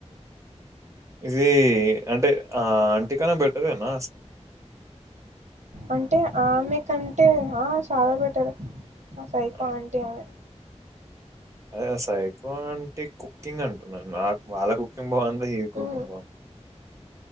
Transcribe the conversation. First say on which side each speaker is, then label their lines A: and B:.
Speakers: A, on the right (about 25°); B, on the right (about 85°).
A: ఇదీ అంటే ఆ ఆంటీ కన్న బెటరేనా
B: అంటే ఆమె కం టే ఆ చాలా బెటరే ఆ సైకో
A: ఆహ్,
B: ఆంటీ ఆమె
A: అదే సైకో ఆంటీ కుకింగ్ అంటున్నాను నాక్ వాళ్ళ కుకింగ్ బావుందా? ఈవి కుకింగ్
B: ఆ
A: బావుందా?